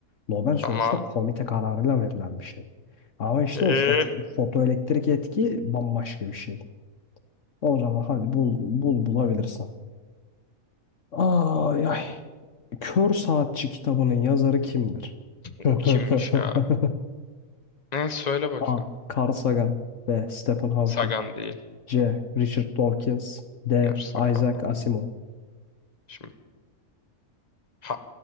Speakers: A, on the left (about 60°); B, on the left (about 30°).
A: Nobel sonuçta
B: Tamam.
A: komite kararıyla verilen bir şey. Ama işte
B: Ee?
A: o fo fotoelektrik etki bambaşka bir şey. O zaman hadi bul, bul bulabilirsen. Ay ay. Kör Saatçi kitabının yazarı kimdir? <laughs>
B: O kimmiş ya? Neyse söyle bakayım.
A: A. Carl Sagan B. Stephen Hawking
B: Sagan değil.
A: C. Richard Dawkins. D.
B: Gerçi Sagan
A: Isaac
B: da.
A: Asimov.
B: Şimdi Ha,